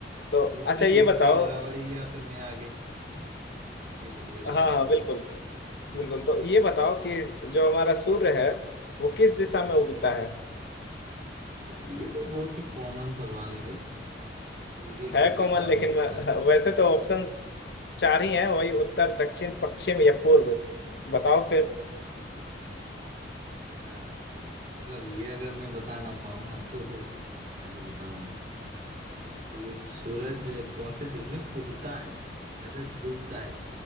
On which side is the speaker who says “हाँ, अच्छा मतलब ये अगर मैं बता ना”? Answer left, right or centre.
Right